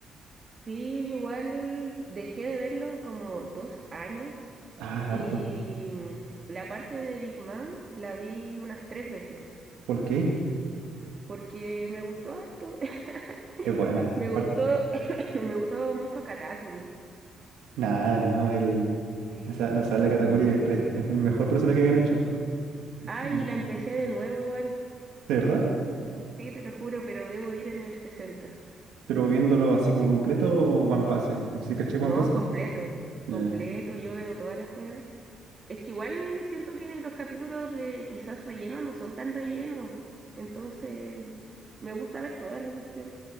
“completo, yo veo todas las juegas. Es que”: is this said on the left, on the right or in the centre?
Right